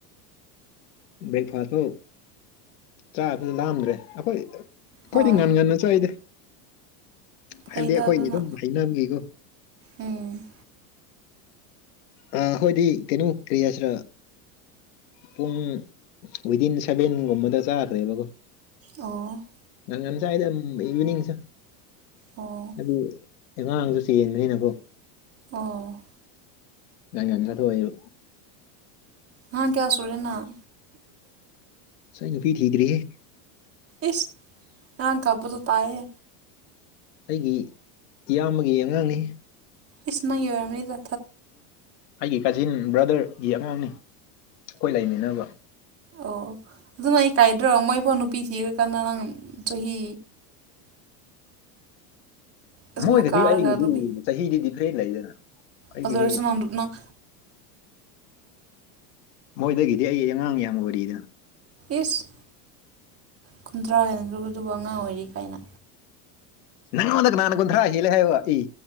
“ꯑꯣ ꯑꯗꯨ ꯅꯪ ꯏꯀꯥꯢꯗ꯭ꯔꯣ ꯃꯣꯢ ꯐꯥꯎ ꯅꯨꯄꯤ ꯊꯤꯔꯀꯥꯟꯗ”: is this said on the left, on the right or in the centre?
Right